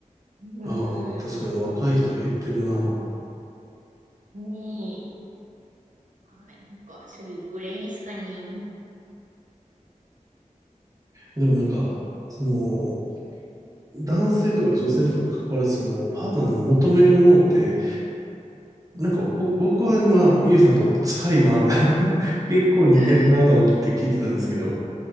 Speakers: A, on the right; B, on the right.
A: うん。
B: ああ、確かに若い人減ってるなぁ。
A: ねえ。はい。なんかそれぐらいですかね。
B: でもなんか、その、男性とか女性とかに関わらず、その、パートナーに求めるものって、なんか、ぼ、僕は今、ゆうさんと近いな、<laughs> 結構似てるなと思って聞いてたんですけど、
A: <laughs>